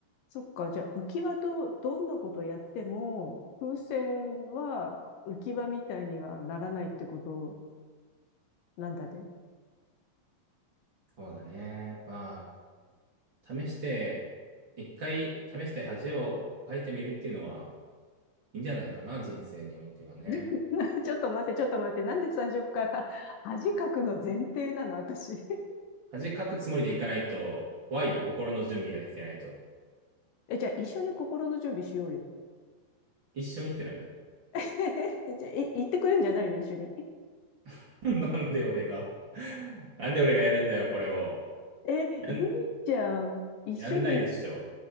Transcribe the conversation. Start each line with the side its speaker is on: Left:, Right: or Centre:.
Left: そっか、じゃあ浮き輪とどんなことやっても、風船は浮き輪みたいにはならないってことなんだね。
Right: そうだね。まあ、試して、一回試して恥をかいてみるっていうのはいいんじゃないかな、人生においてはね。
Left: <laughs> ちょっと待って、ちょっと待って、なんで最初から恥かくの前提なの、私。<laughs>
Right: 恥かくつもりでいかないと怖いよ、心の準備ができてないと。
Left: え、じゃあ一緒に心の準備しようよ。
Right: 一緒にって何
Left: <laughs> えじゃあ、え、行ってくれんじゃないの、一緒に。
Right: <laughs> なんで俺が <laughs> なんで俺がやるんだよ、これを。
Left: <laughs> え、いいじゃん。
Right: やん、
Left: 一緒に、
Right: やんないでしょ。